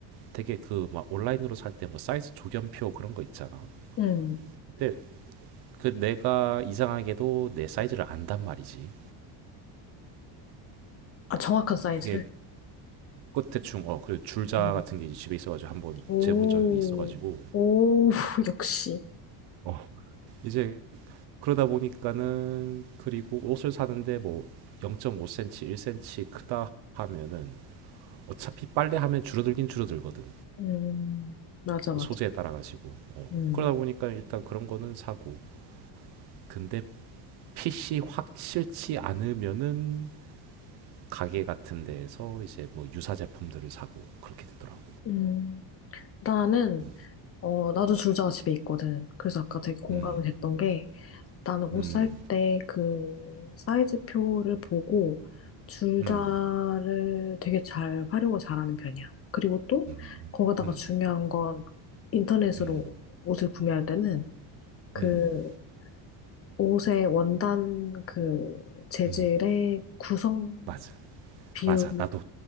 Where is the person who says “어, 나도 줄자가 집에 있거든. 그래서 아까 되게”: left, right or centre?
Left